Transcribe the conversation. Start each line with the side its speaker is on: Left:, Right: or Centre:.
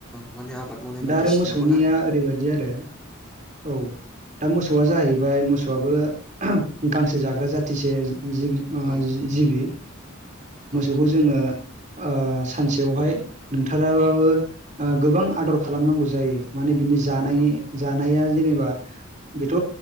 Centre: माने आबाद मावनाय बायदिसिनायावबो
Right: दा आरो मोसौनिया
Centre: ना
Right: ओरैबायदि आरो औ। दा मोसौआ जाहैबाय मोसौआबो गांसो जाग्रा जाथिसे जिब। ओ
Centre: औ
Right: जि जिबि।
Centre: औ।
Right: थेउबौ जोङो ओ सानसेयावहाय नोंथाराबाबो ओ गोबां आदर खालामनांगौ जायो। माने बिनि जानायनि
Centre: नंगौ
Right: जानाया जेनेबा बेथ'